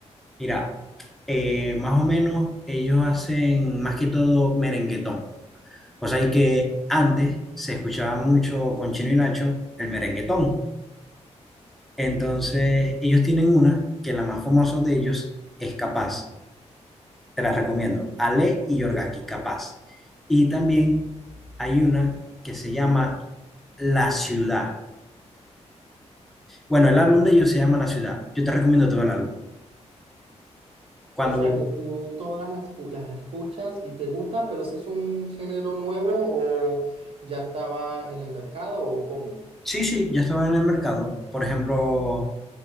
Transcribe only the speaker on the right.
O sea que tú todas las, cu- las escuchas y te gusta, pero eso es un género nuevo o ya estaba en el mercado o cómo.